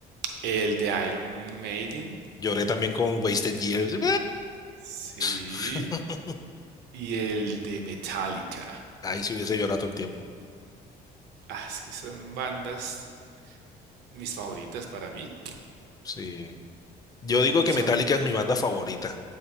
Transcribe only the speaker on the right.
el de Iron Maiden,
sí,
y el de Metallica.
Ah, es que son bandas mis favoritas para mí.
Son,